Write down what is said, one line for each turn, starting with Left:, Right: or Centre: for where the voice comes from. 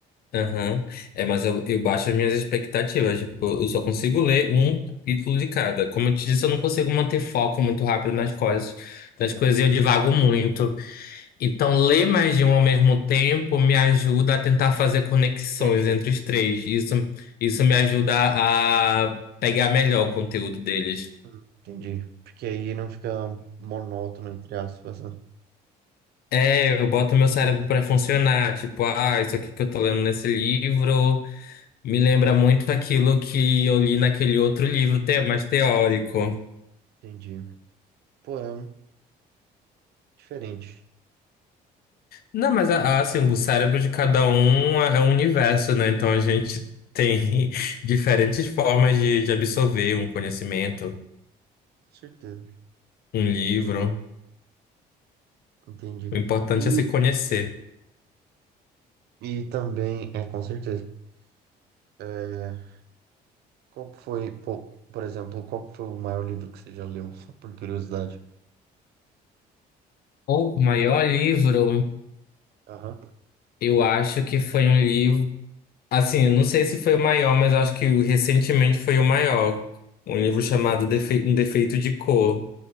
Left: Aham. É, mas eu, eu baixo as minhas expectativas. Tipo, eu só consigo ler um capítulo de cada. Como eu te disse, eu não consigo manter foco muito rápido nas coisas. Nas coisas e eu divago muito. Então, ler mais de um ao mesmo tempo me ajuda a tentar fazer conexões
Right: Entendi.
Left: entre os três. Isso, isso me ajuda a pegar melhor o conteúdo deles.
Right: Hum, Entendi. Porque aí não fica monótono, entre aspas, né?
Left: É, eu boto meu cérebro para funcionar. Tipo, ah, isso aqui que eu tô lendo nesse livro me lembra muito aquilo que eu li naquele outro livro te- mais teórico.
Right: Entendi. Pô, é um diferente.
Left: Não, mas a- a, assim, o cérebro de cada um é é um universo, né? Então a gente tem <laughs> diferentes formas de, de absorver um conhecimento,
Right: Com certeza.
Left: um livro.
Right: Entendi.
Left: O importante
Right: E,
Left: é se conhecer.
Right: e também, é, com certeza. É, Qual que foi, pô, por exemplo, qual que foi o maior livro que você já leu, só por curiosidade?
Left: O maior livro,
Right: Aham.
Left: eu acho que foi um livro. Assim, eu não sei se foi o maior, mas eu acho que recentemente foi o maior. Um livro chamado Defe- Um Defeito de Cor.